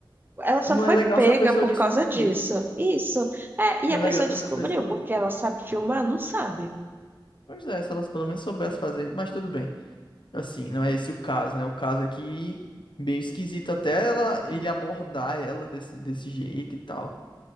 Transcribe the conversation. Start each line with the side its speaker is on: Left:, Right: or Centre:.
Right: Ela só
Left: não
Right: foi
Left: é legal
Right: pega
Left: se a pessoa
Right: por
Left: descobrir.
Right: causa disso. Isso. É, e
Left: Não
Right: a
Left: é
Right: pessoa
Left: legal se
Right: descobriu
Left: a pessoa descobrir.
Right: porque ela sabe filmar? Não sabe.
Left: Pois é, se elas pelo menos soubessem fazer, mas tudo bem. Assim, não é esse o caso, né? O caso é que meio esquisito até ela ele abordar ela desse, desse jeito e tal.